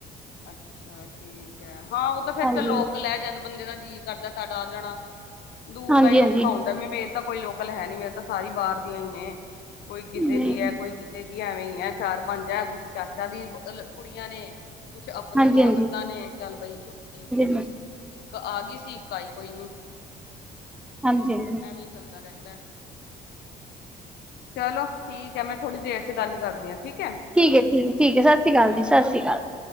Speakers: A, on the left; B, in the centre.
A: ਅੱਛਾ ਠੀਕ ਹੈ, ਹਾਂ ਉਹ ਤਾਂ ਫੇਰ
B: ਹਾਂਜੀ
A: ਚ ਲੋਕਲ ਹੈ ਜਦ ਬੰਦੇ ਦਾ ਜੀ ਕਰਦਾ ਤਦ ਆ ਜਾਣਾ, ਦੂਰ
B: ਹਾਂਜੀ
A: ਦਾ ਹੀ
B: ਹਾਂਜੀ
A: ਔਖਾ ਹੁੰਦਾ। ਵੀ ਮੇਰੇ ਤਾਂ ਕੋਈ ਲੋਕਲ ਹੈ ਨੀ, ਮੇਰੇ ਤਾਂ ਸਾਰੀ ਬਾਹਰ ਦੀਆਂ ਹੀ ਨੇ, ਕੋਈ ਕਿਤੇ
B: ਹਾਂਜੀ
A: ਦੀ ਐ ਕੋਈ ਦੀ ਐਵੇਂ ਈ ਐ, ਚਾਰ ਪੰਜ ਐ, ਕੁਛ ਚਾਚਾ ਦੀਆਂ ਕੁੜੀਆਂ ਨੇ। ਕੁਛ ਆਪਣੀ
B: ਹਾਂਜੀ
A: ਦੋ
B: ਹਾਂਜੀ
A: ਨੰਦਾਂ ਨੇ ਚਲ ਵਾਈ ਛੁੱਟੀ।
B: ਹਾਂਜੀ
A: ਇੱਕ ਆ ਗਈ ਸੀ, ਇੱਕ ਆਈ ਕੋਈ ਨੀ।
B: ਹਾਂਜੀ <unintelligible>
A: ਐਵੇਂ ਹੀ ਚੱਲਦਾ ਰਹਿੰਦਾ ਐ। ਚਲੋ ਠੀਕ ਐ, ਮੈਂ ਥੋੜ੍ਹੀ ਦੇਰ ਚ ਗੱਲ ਕਰਦੀ ਆਂ ਠੀਕ ਐ।
B: ਠੀਕ ਐ, ਠੀਕ ਐ, ਠੀਕ ਐ, ਸਤਿ ਸ਼੍ਰੀ ਅਕਾਲ ਜੀ, ਸਤਿ ਸ਼੍ਰੀ ਅਕਾਲ।
A: ਓਕੇ।